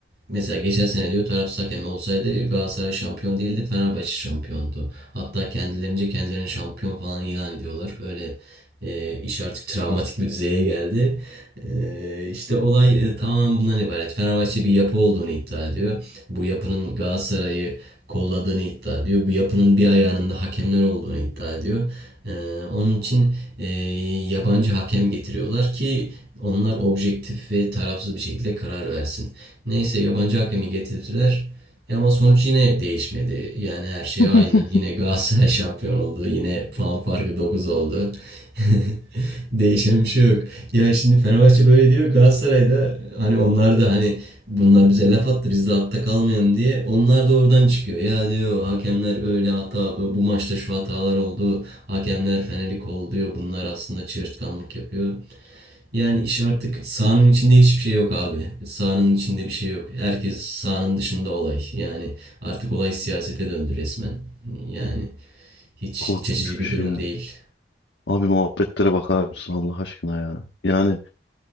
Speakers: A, on the right; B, on the left.
A: mesela geçen sene diyor tarafsız hakem olsaydı Galatasaray şampiyon değildi Fenerbahçe şampiyondu. Hatta kendilerince kendilerini şampiyon falan ilan ediyorlar. Öyle e, iş artık travmatik bir düzeye geldi. E, işte olay e, tamamen bundan ibaret. Fenerbahçe bir yapı olduğunu iddia ediyor. Bu yapının Galatasaray'ı kolladığını iddia ediyor. Bu yapının bir ayağının da hakemler olduğunu iddia ediyor. E, onun için e, yabancı hakem getiriyorlar ki onlar objektif ve tarafsız bir şekilde karar versin. Neyse yabancı hakemi getirdiler. Ya ama sonuç yine değişmedi. Yani her şey
B: <laughs>
A: aynı. Yine Galatasaray şampiyon oldu. Yine puan farkı 9 oldu. <laughs> Değişen bir şey yok. Ya şimdi Fenerbahçe böyle diyor. Galatasaray da hani onlar da hani bunlar bize laf attı. Biz de altta kalmayalım diye. Onlar da oradan çıkıyor. Ya diyor hakemler öyle hata. Bu, bu maçta şu hatalar oldu. Hakemler Fener'i kolluyor. Bunlar aslında çığırtkanlık yapıyor. Yani iş artık sahanın içinde hiçbir şey yok abi. Sahanın içinde bir şey yok. Herkes sahanın dışında olay. Yani artık olay siyasete döndü resmen. Yani hiç
B: Korkunç
A: iç açıcı bir
B: bir şey
A: durum
B: ya.
A: değil.
B: Abi muhabbetlere bakar mısın Allah aşkına ya? Yani